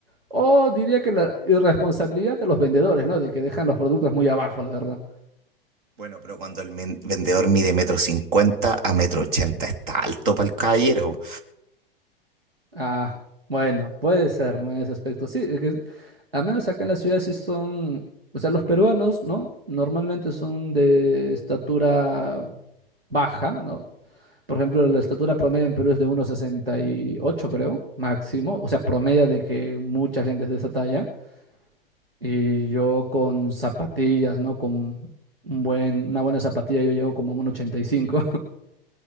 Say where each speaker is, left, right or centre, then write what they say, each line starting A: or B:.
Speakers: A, on the right (about 80°); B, on the right (about 55°).
A: O diría que la irresponsabilidad de los vendedores, ¿no? De que dejan los productos muy abajo, la verdad.
B: Bueno, pero cuando el men- vendedor mide metro cincuenta a metro ochenta, está alto para el caballero.
A: Ah, bueno, puede ser, ¿no? En ese aspecto. Sí, es que al menos acá en la ciudad sí son, o sea, los peruanos, ¿no? Normalmente son de estatura baja, ¿no? Por ejemplo, la estatura promedio en Perú es de uno sesenta y ocho, creo, máximo. O sea, promedio de que mucha gente es de esa talla. Y yo con zapatillas, ¿no? Con un buen, una buena zapatilla yo llego como a un uno ochenta y cinco.